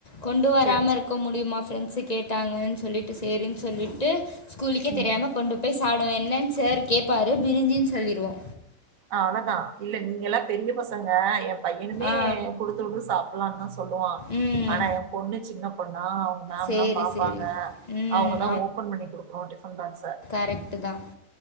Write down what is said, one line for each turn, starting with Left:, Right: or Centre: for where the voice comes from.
Left: கொண்டு வராம
Right: செரி செரி
Left: இருக்க முடியுமா ஃப்ரெண்ட்ஸு கேட்டாங்கன்னு சொல்லிட்டு சேரின்னு சொல்லிட்டு ஸ்கூலுக்கே
Right: ம்
Left: தெரியாம கொண்டு போய் சாப்பிடுவ சார் கேட்பாரு பிரிஞ்சின்னு சொல்லிருவோ
Right: அவ்ளதா இல்ல நீங்க எல்லா பெரிய பசங்க என் பையனுமே
Left: ஆ
Right: குடுத்து விடு சாப்பிடலானுத சொ சொல்லுவ
Left: ம்
Right: ஆனா ஏ பொண்ணு சின்ன பண்ணா அவங்க மேம்
Left: சரி
Right: எல்லா பாபப்பாங்க
Left: சரி ம்
Right: அவங்கதா ஓபன் பண்ணி குடுக்கணு ஃபன் பாக்ஸ் சார்
Left: கரெக்ட்டு தா